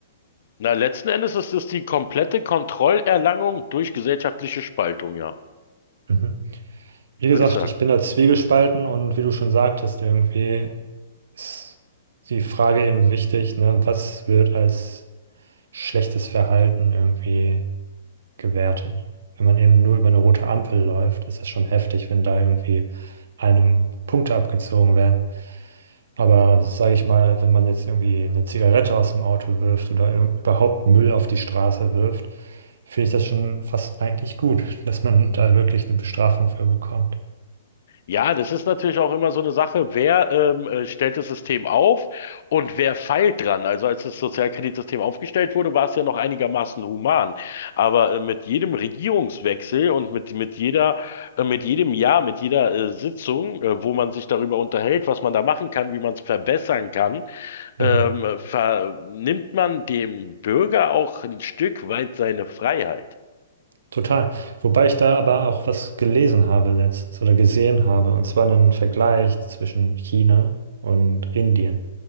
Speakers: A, on the left; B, on the right.
A: Na, letzten Endes ist es die komplette Kontrollerlangung durch gesellschaftliche Spaltung, ja,
B: Mhm. Wie gesagt,
A: würde ich sagen.
B: ich bin da zwiegespalten und wie du schon sagtest, irgendwie. ist die Frage eben wichtig, ne? Was wird als schlechtes Verhalten irgendwie gewertet? Wenn man eben nur über eine rote Ampel läuft, ist das schon heftig, wenn da irgendwie einem Punkte abgezogen werden. Aber sage ich mal, wenn man jetzt irgendwie eine Zigarette aus dem Auto wirft oder irg- überhaupt Müll auf die Straße wirft, finde ich das schon fast eigentlich gut, <laughs> dass man da wirklich eine Bestrafung für bekommt.
A: Ja, das ist natürlich auch immer so eine Sache, wer ähm, äh, stellt das System auf und wer feilt dran. Also als das Sozialkreditsystem aufgestellt wurde, war es ja noch einigermaßen human. Aber äh, mit jedem Regierungswechsel und mit, mit jeder, äh, mit jedem Jahr, mit jeder äh, Sitzung, äh, wo man sich darüber unterhält, was man da machen kann, wie man es verbessern kann, ähm,
B: Mhm.
A: vernimmt man dem Bürger auch ein Stück weit seine Freiheit.
B: Total. Wobei ich da aber auch was gelesen habe letztens oder gesehen habe, und zwar einen Vergleich zwischen China und Indien.